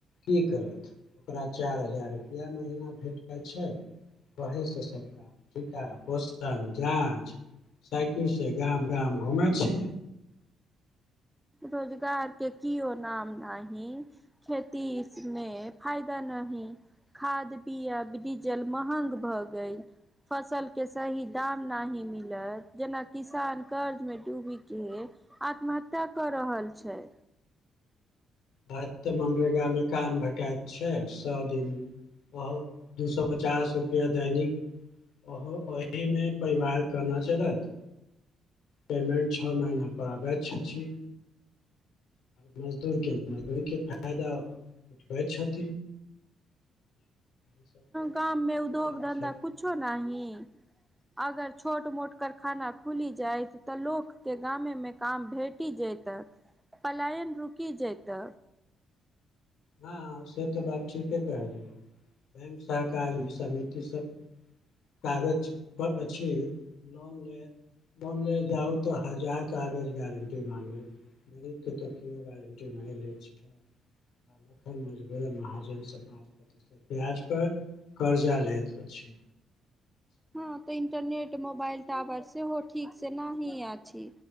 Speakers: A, on the left; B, in the centre.
A: की करत, ओकरा चारि हजार रुपैआ महीना भेट जाइ छै ओहि से सब काम टीका, पोषण, जाँच साइकिल से गाम गाय घुमै छै।
B: रोजगार के किओ नाम नहि। खेती मे फायदा नहि खाद बीआब डीजल महग भ गेल। फसलके सही दाम नहि ही मिलत जेना किसान कर्जमे डूबिके आत्महत्या क रहल छै।
A: बस मनरेगा मे काम भेटाइत छै सौ दिन बहुत दू सौ पचास के दैनिक ओ एहि मे परिवार केना चलत पेमेंट छओ महीना पर आबैत छथि, मजदूर के मजदूर के फायदा उठबै छथि। सब तो
B: गाममे उद्योग
A: कहि रहल
B: धंधा
A: छै
B: कुछो नहि। अगर छोट मोट कारखाना खुली जायत त लोक के गामे मे काम भेट टि जैत पलायन रुकि जैत।
A: हँ से त बात ठीके कहलियै, बैंक सहकारी समिति सब कागज पर अछि लोन ले लोन ले जाउ त हजार कागज गारंटी माँंगत। गरीबके त केओ गारंटी नहि लै छै। तखन मजबूर महाजनसँ पाँच प्रतिशत ब्याज पर कर्जा लैत अछि।
B: हँ त इंटरनेट मोबाइल टावर सेहो ठीक से न ही अछि।